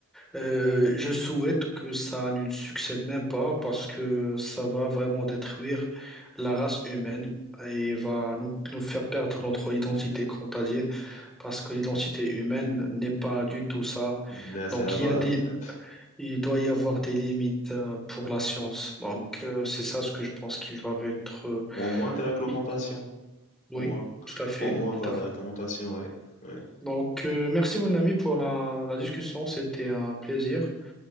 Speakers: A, in the centre; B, on the left (about 35°).
A: Euh, je souhaite que ça ne succède même pas parce que ça va vraiment détruire la race humaine et va nous, nous faire perdre notre identité, comme t'as dit, parce que l'identité humaine n'est pas du tout ça.
B: Mais C'est
A: Donc
B: la base,
A: il y a des,
B: en fait.
A: il doit y avoir des limites euh, pour la science. Donc euh, c'est ça ce que je pense qu'ils doivent être. euh,
B: Au moins des réglementations,
A: i-
B: au
A: Oui,
B: moins.
A: tout à fait,
B: Au moins avoir
A: tout à fait.
B: des réglementations, ouais. ouais.
A: Donc euh, merci mon ami pour la la discussion, c'était un plaisir